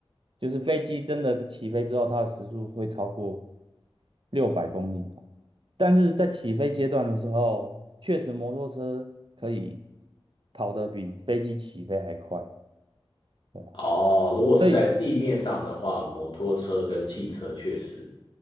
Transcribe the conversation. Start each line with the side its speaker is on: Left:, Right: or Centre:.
Right: 就是飞机真的起飞之后，它的时速会超过六百公里啊。但是在起飞阶段的时候，确实摩托车可以跑得比飞机起飞还快，对啊。
Left: 哦，如果是在地面上的话，
Right: 所以，
Left: 摩托车跟汽车确实